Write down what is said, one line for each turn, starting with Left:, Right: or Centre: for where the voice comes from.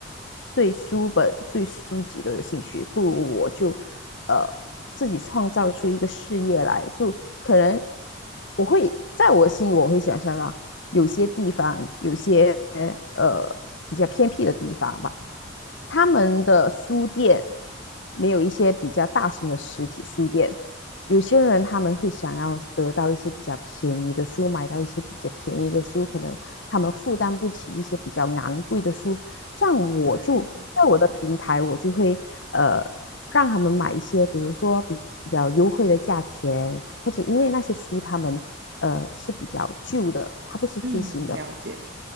Left: 对书本、对书籍都有兴趣，不如我就呃自己创造出一个事业来。就可能我会在我心里，我会想象到有些地方，有些呃比较偏僻的地方吧，他们的书店没有一些比较大型的实体书店。有些人他们会想要得到一些比较便宜的书，买到一些比较便宜的书，可能他们负担不起一些比较昂贵的书，这样我就在我的平台，
Right: 对，
Left: 我就会呃让他们买一些，比如说比较优惠的价钱，或者因为那些书他们呃是比较旧的，它不是最新的，
Right: 嗯，了解。